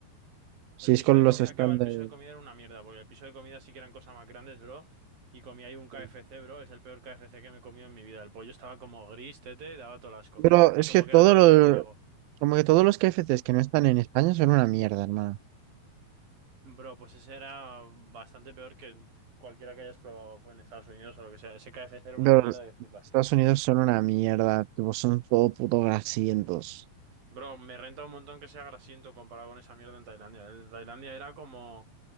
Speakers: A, on the right (about 80°); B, on the right (about 55°).
A: Si
B: El
A: es
B: piso
A: con
B: de comida,
A: los estándares.
B: ¿qué va? El piso de comida era una mierda, porque el piso de comida sí que eran cosas más grandes, bro. Y comí ahí un KFC,
A: de-
B: bro. Es el peor KFC que me he comido en mi vida. El pollo estaba como gris, tete, daba todo el asco.
A: Pero
B: Y
A: es
B: como
A: que todos
B: que era todo
A: los
B: cartílago.
A: Como que todos los K F KFCs que no están en España son una mierda, hermano.
B: Bro, pues ese era bastante peor que el- cualquiera que hayas probado en Estados Unidos o lo que sea. Ese KFC era
A: Pero
B: una mierda
A: los
B: que flipas.
A: Estados Unidos son una mierda. Tipo, son todo puto grasientos.
B: Bro, me renta un montón que sea grasiento comparado con esa mierda en Tailandia. En Tailandia era como,